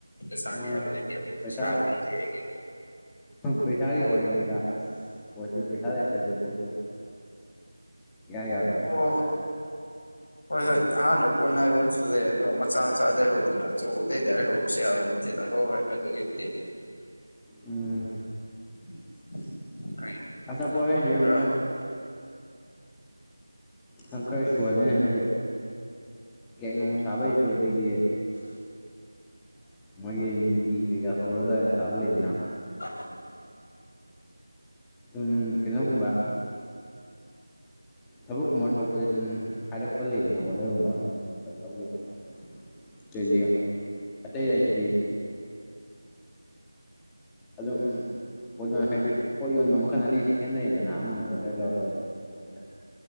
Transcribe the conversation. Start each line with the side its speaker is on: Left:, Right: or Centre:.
Left: ꯁ
Centre: ꯑꯥ
Left: ꯁꯕꯗꯤ ꯑꯩꯣꯏ
Centre: ꯄꯩꯁꯥ
Left: ꯁꯕꯍꯤ ꯍꯥꯏꯒ
Centre: ꯄꯩꯁꯥꯒꯤ ꯑꯣꯏꯅꯤꯗ ꯄꯣꯠꯁꯤ ꯄꯩꯁꯥ ꯂꯩꯇꯗꯤ ꯄꯣꯠꯁꯤ ꯌꯥꯏ ꯌꯥꯔꯦꯗꯨ
Left: ꯑꯣ
Centre: ꯍꯥꯏꯇꯥꯔꯦ
Left: ꯍꯣꯏ ꯍꯣꯏ ꯍꯥꯟꯅ ꯀꯣꯟ ꯍꯥꯏꯕꯅꯁꯨ ꯂꯩ ꯑꯗꯣ ꯃꯆꯥ ꯃꯆꯥꯗ ꯍꯧꯗꯅ ꯑꯆꯧꯕꯗꯩ ꯗꯥꯔꯦ ꯍꯧ ꯌꯥꯕꯅꯤ ꯍꯣꯏ ꯍꯣꯏ ꯑꯗꯨꯒꯤꯗꯤ
Centre: ꯎꯝ
Left: <unintelligible>
Centre: ꯑꯁꯥꯕꯣ ꯍꯥꯏꯁꯨ
Left: ꯈꯔ
Centre: ꯃꯣꯏ ꯍ ꯈꯔ ꯁꯨꯍꯜꯂꯦ ꯍꯟꯗꯛꯛꯇꯤ ꯀꯦꯛ ꯅꯣꯡ ꯁꯥꯕꯩꯁꯨ ꯑꯗꯒꯤ ꯃꯣꯏꯒꯤ ꯅꯤꯡꯀꯤꯤ ꯀꯩꯀꯥ ꯍꯧꯔꯒ ꯁꯥꯕ ꯂꯩꯗꯅ
Left: <unintelligible>
Centre: ꯎꯝ ꯀꯩꯅꯣꯒꯨꯝꯕ ꯊꯕꯛ ꯀꯨꯝꯕ ꯊꯣꯛꯄꯗ ꯁꯨꯝ ꯍꯥꯏꯔꯛꯄ ꯂꯩꯗꯅ ꯑꯣꯔꯗꯔꯒꯨꯝꯕ ꯑꯗꯨꯝꯕ ꯈꯔ ꯂꯧꯒꯦ ꯇꯧꯅꯤ
Left: <unintelligible>
Centre: ꯆꯖ ꯑꯇꯩ ꯆꯁꯤꯗꯤ ꯑꯗꯨꯝ ꯄꯣꯠ ꯌꯣꯟ ꯍꯥꯏꯗꯤ ꯄꯣꯠ ꯌꯣꯟꯕ ꯃꯈꯜ ꯑꯅꯤꯁꯤ ꯈꯦꯠꯅꯩꯗꯅ ꯑꯃꯅ ꯑꯣꯔꯗꯔ ꯂꯧꯔꯒ ꯑꯃꯅ